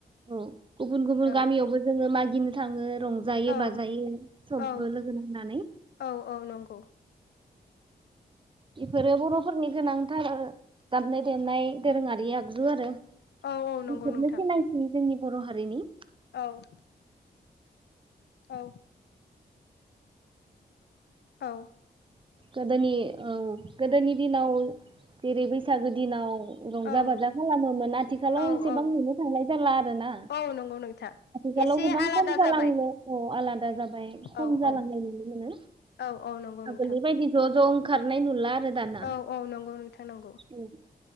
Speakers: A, on the right (about 30°); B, on the left (about 70°).
A: औ। गुबुन गुबुन
B: औ
A: गामियावबो जोङो मागि गिनो थाङो रंजायो
B: औ
A: बाजायो सबबो
B: औ
A: लोगो नांनानै।
B: औ औ नंगौ
A: बेफोरो बरफोरनि गोनांथार दामनाय देनाय दोरोङारि आग जु आरो।
B: औ औ नंगौ
A: बेफोरनो
B: नोंथां।
A: सिनायथि जोंनि बर हारिनि
B: औ औ। औ।
A: गोदोनि औ गोदोनि दिनाव जेरै बैसागो दिनाव रंजा
B: औ
A: बाजा खालामोमोन आथिखालाव
B: औ
A: एसेबां
B: औ
A: नुनो थांनाय जाला आरोना
B: औ नंगौ नोंथां
A: आथिखालाव
B: एसे
A: गोबां
B: आलादा
A: खम जालांनो
B: जाबाय
A: औ आलादा जाबाय खम
B: औ
A: जालांनाय
B: औ
A: नुनो मोनो
B: औ औ नंगौ नोंथां
A: आगोलनि ज ज ओंखारनाय नुला आरो दाना
B: औ औ नंगौ नोंथां नांगौ
A: औ